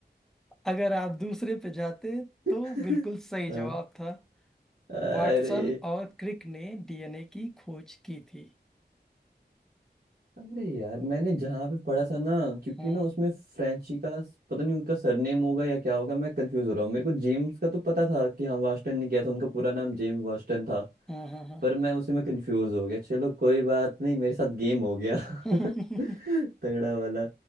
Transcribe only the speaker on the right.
<laughs>
हाँ,
अरे
अरे यार मैंने जहाँ पे पढ़ा था ना क्योंकि
ना उसमें फ्रेंची का पता नहीं उनका सरनेम होगा या क्या होगा मैं कंफ्यूज हो रहा हूँ मेरे को जेम्स का तो पता था कि हाँ वास्टन ने किया था उनका पूरा नाम जेम्स वास्टन था
पर मैं उसी में कंफ्यूज हो गया चलो कोई बात नहीं मेरे साथ गेम हो गया
<laughs> तगड़ा वाला